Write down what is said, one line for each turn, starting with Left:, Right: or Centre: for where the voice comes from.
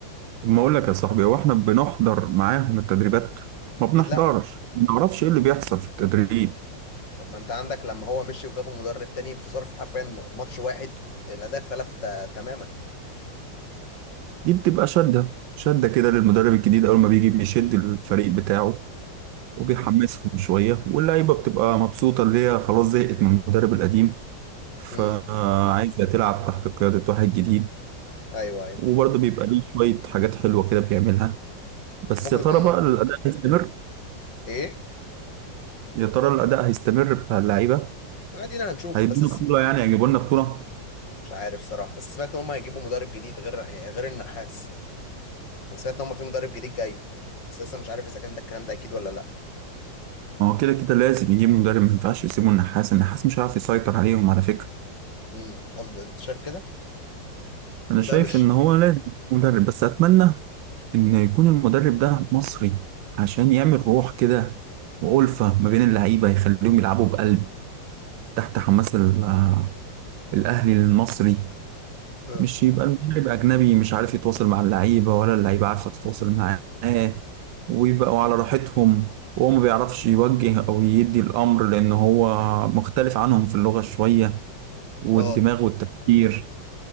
Right: ما اقول لك يا صاحبي هو احنا بنحضر معاهم التدريبات ما بنحضرش
Left: اكيد لا
Right: ما نعرفش ايه اللي بيحصل في التدريب
Left: طب ما انت عندك لما هو مشي وجابوا مدرب تاني في ظرف حرفيا ماتش واحد الاداء اختلف تا- تماما
Right: دي بتبقى شده شده كده للمدرب الجديد اول ما بيجي بيشد الفريق بتاعه وبيحمسهم شويه واللعيبه بتبقى مبسوطه اللي هي خلاص زهقت من المدرب القديم فعايزه
Left: امم
Right: تلعب تحت قياده واحد جديد
Left: ايوه ايوه
Right: وبرضه بيبقى ليه شويه حاجات حلوه كده بيعملها
Left: ممكن
Right: بس يا ترى
Left: يكون
Right: بقى الاداء هيستمر
Left: ايه
Right: يا ترى الاداء هيستمر بتاع اللعيبه
Left: ادينا هنشوف
Right: هيدونا
Left: بس اسم-
Right: بطوله يعني هيجيبوا لنا بطوله
Left: مش عارف صراحه بس سمعت ان هم هيجيبوا مدرب جديد غير غير النحاس وسمعت ان هم في مدرب جديد جاي بس لسه مش عارف اذا كان ده الكلام ده اكيد ولا لا
Right: ما هو كده كده لازم يجيب مدرب ما ينفعش يسيبوا النحاس النحاس مش هيعرف يسيطر عليهم على فكره
Left: امم قصدي انت شايف كده
Right: انا
Left: بس
Right: شايف
Left: انا مش
Right: ان هو لازم يجيب مدرب بس اتمنى ان يكون المدرب ده مصري عشان يعمل روح كده وألفة ما بين اللعيبه يخليهم يلعبوا بقلب تحت حماس ال- آه، الاهلي المصري
Left: اه
Right: مش يبقى المدرب أجنبي مش عارف يتواصل مع اللعيبة ولا اللعيبة عارفة تتواصل معاه ويبقوا على راحتهم وهو ما بيعرفش يوجه أو يدي الأمر لأن هو مختلف عنهم في اللغة شوية والدماغ
Left: اه
Right: والتفكير